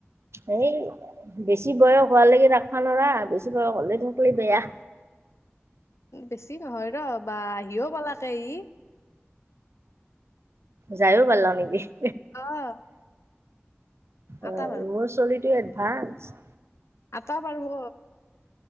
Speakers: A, on the right; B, on the left.
A: এই বেছি বয়স হোৱালৈকে ৰাখিবা নৰা, বেছি বয়স হলে থাকিলে বেয়া।
B: বেছি নহয় ৰ', বা আহিও পলাকে ই
A: যায়ও পাৰল <unintelligible> নেকি
B: অ'।
A: আহ
B: আটা
A: মোৰ চলিতো এডভান্স।
B: আপা পাৰব